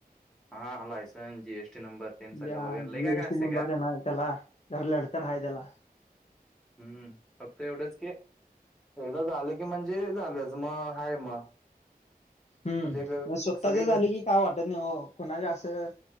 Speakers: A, in the centre; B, on the left.
A: हा लायसन जीएसटी नंबर ते सगळं
B: ज
A: वगैरे लय
B: जीएसटी
A: काय काय असते
B: नंबर
A: का
B: दे नार त्याला. बार लाडतर हाय त्याला.
A: हम्म. फक्त एवढंच की एकदा झालं की म्हणजे झालंच मग हाय मग.
B: हम्म
A: म्हणजे ग-
B: म स्वतःच
A: सगळे घरचे
B: झाले कि काय वाटत नाही हो कोुणाच्या असं